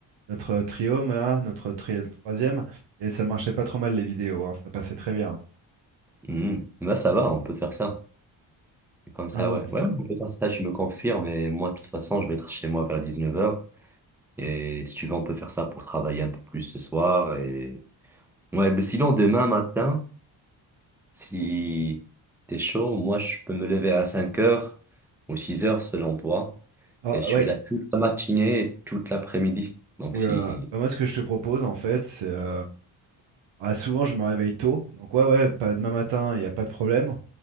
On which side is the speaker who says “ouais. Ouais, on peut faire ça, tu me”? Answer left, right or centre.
Centre